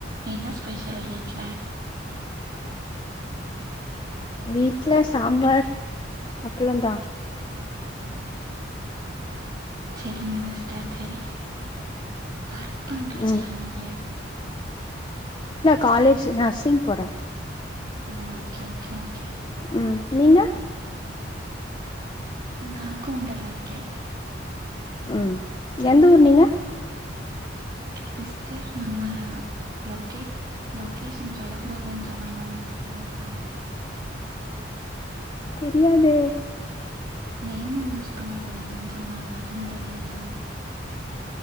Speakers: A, on the right; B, on the left.
A: என்ன ஸ்பெஷல் வீட்ல
B: வீட்ல சாம்பார் அப்ளோ தா
A: செரிங்க சிஸ்டர் செரி ஒர்க் பண்றீங்ளா
B: ம்
A: நீங்க
B: காலேஜு நர்சிங் போறே
A: ஓ ஓகே ஓகே ஓகே
B: ம் நீங்க
A: ந அக்கவுன்டரா இருக்கே
B: ம் எந்த ஊர் நீங்க
A: சிஸ்டர் நம்ம லொகே லொகேஷன் சொல்ல கூடாதுன் சொன்னாங்க உங்களுக்கு தெரியாதா
B: தெரியாதே
A: நேமு யூஸ் பண்ண கூடாதுன் சொன்னாங்க அதுவு தெரியாதா